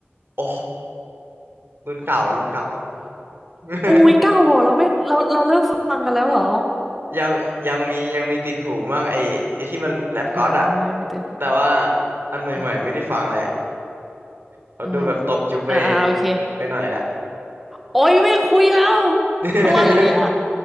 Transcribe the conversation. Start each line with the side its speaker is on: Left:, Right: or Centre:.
Right: โอ้รุ่นเก่ารุ่นเก่า <laughs>
Centre: อุ้ยเก้าเหรอเราไม่เราเราเลิกฟังกันแล้วเหรอ
Right: ยังยังมียังมีติดหูมั่งไอ้ไอ้ที่มันแรปก็อดอะ
Centre: อ่ามีแต่
Right: แต่ว่าอันใหม่ๆไม่ได้ฟังแหละ
Centre: อ่า
Right: เขาดูแบบตกยุคไป
Centre: อืมอ่าอ่าโอเค
Right: ไปหน่อยแหละ
Centre: โอ้ย ไม่คุยแล้ว
Right: <laughs>
Centre: อะไรเนี่ย